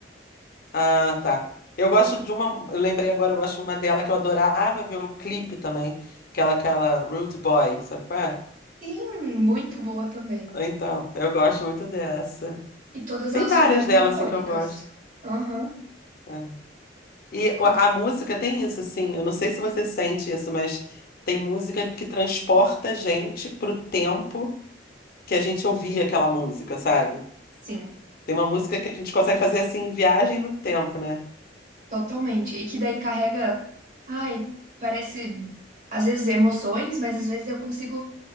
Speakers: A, on the left; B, on the right.
A: Ah, tá. Eu gosto de uma, eu lembrei agora, eu gosto de uma dela que eu adorava ver o clipe também, que era aquela Rude Boy, sabe qual é?
B: Sim, muito boa também.
A: Então, eu gosto muito dessa.
B: E todas
A: Tem
B: elas
A: várias
B: ficaram
A: delas,
B: icônicas.
A: assim, que eu gosto.
B: Aham,
A: é. E
B: com-
A: a a música tem isso, assim. Eu não sei se você sente isso, mas tem música que transporta a gente pro tempo que a gente ouvia aquela música, sabe?
B: sim.
A: Tem uma música que a gente consegue fazer assim, viagem no tempo, né?
B: Totalmente. E que daí carrega, ai, parece às vezes emoções, mas às vezes eu consigo